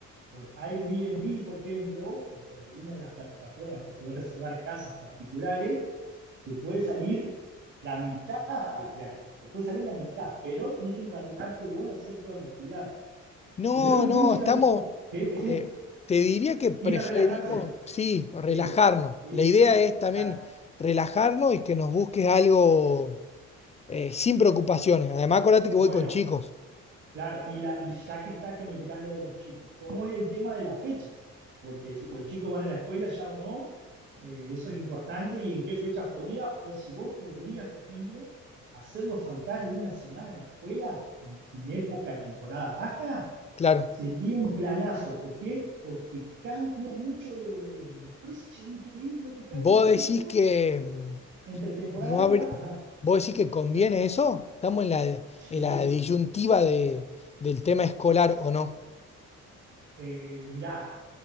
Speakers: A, on the right; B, on the left.
A: por Airbnb, por ejemplo, o por alguna de las plataformas que puede reservar casas particulares, te puede salir la mitad, ya, te puede salir la mitad, pero tenés que encargarte vos de hacer todas las actividades.
B: No,
A: El all inclusive,
B: no, estamos,
A: así como, sí, sí,
B: eh, te diría que preferimos,
A: ir a relajarse,
B: sí, relajarnos.
A: sí, sí,
B: La idea
A: sí,
B: es también
A: dale.
B: relajarnos y que nos busques algo eh, sin preocupaciones. Además, acordate que
A: Bueno,
B: voy con chicos,
A: Claro, y, la, y ya que está que me tirás lo de los chicos, ¿cómo es el tema de las fechas? Porque si los chicos van a la escuela ya o no, eh, eso es importante y en qué fechas podría, o si vos podrías, por ejemplo, hacerlo faltar una semana a la escuela en, en época temporada baja,
B: claro.
A: sería un planazo. ¿Por qué? Porque cambia mucho lo, lo, los precios, increíble lo que cambian
B: Vos
A: los precios
B: decís que mm,
A: entre temporada
B: no
A: alta
B: habr-
A: y baja. Ajá.
B: vos decís que conviene eso. Estamos en la, en
A: Sí,
B: la disyuntiva de, del tema escolar o no.
A: eh, mirá,